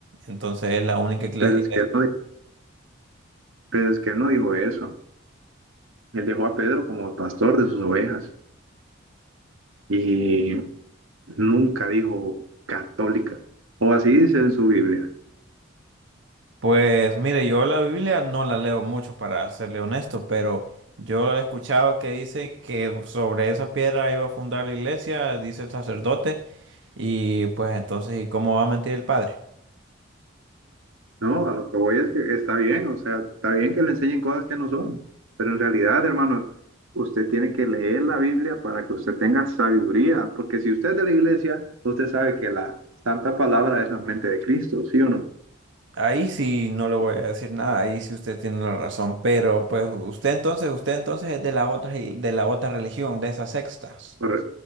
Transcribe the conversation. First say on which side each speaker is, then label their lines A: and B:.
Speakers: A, on the right (about 65°); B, on the right (about 90°).
A: Entonces es la única iglesia.
B: Pero es que él no, di- pero es que él no dijo eso. Él dejó a Pedro como pastor de sus ovejas y nunca dijo católica. O así dice en su Biblia.
A: Pues mire, yo la Biblia no la leo mucho para serle honesto, pero yo he escuchado que dice que sobre esa piedra iba a fundar la iglesia, dice el sacerdote, y pues entonces, ¿y cómo va a mentir el padre?
B: No, a lo que voy es que está bien, o sea, está bien que le enseñen cosas que no son, pero en realidad, hermano, usted tiene que leer la Biblia para que usted tenga sabiduría, porque si usted es de la iglesia, usted sabe que la santa palabra es la mente de Cristo, ¿sí o no?
A: Ahí sí no le voy a decir nada, ahí sí usted tiene la razón, pero pues usted entonces, usted entonces es de la otra, i- de la otra religión, de esas sextas.
B: Corre-